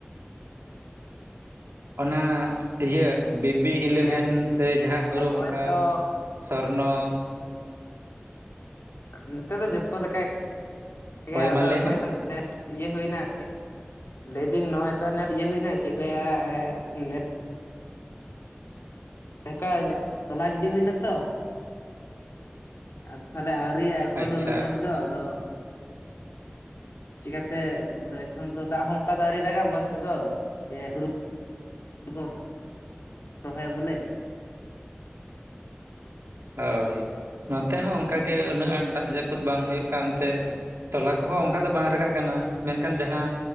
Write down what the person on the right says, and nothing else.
ᱚᱱᱟ ᱤᱭᱟᱹ ᱵᱤᱵᱤ
ᱤᱞᱮᱵᱷᱮᱱ
ᱥᱮ ᱡᱟᱦᱟ ᱦᱳᱨᱳ
ᱚᱱᱠᱟ,
ᱥᱚᱨᱱᱚ,
ᱦᱳᱭ
ᱢᱟ ᱞᱟᱹᱭ
ᱢᱮ
ᱟᱪᱪᱷᱟ
ᱦᱳᱭ, ᱱᱚᱛᱮ ᱦᱚᱸ ᱚᱱᱠᱟᱜᱮ, ᱩᱱᱟᱹᱜ ᱟᱸᱴ ᱫᱟᱜ ᱡᱟᱯᱩᱫ ᱵᱟᱝ ᱦᱩᱭᱩᱜ ᱠᱟᱱᱛᱮ- -ᱛᱚᱞᱟ ᱠᱚᱦᱚᱸ ᱚᱱᱠᱟ ᱫᱚ ᱵᱟᱝ ᱨᱟᱠᱟᱜ ᱠᱟᱱᱟ ᱢᱮᱱᱠᱷᱟᱱ ᱡᱟᱦᱟᱸ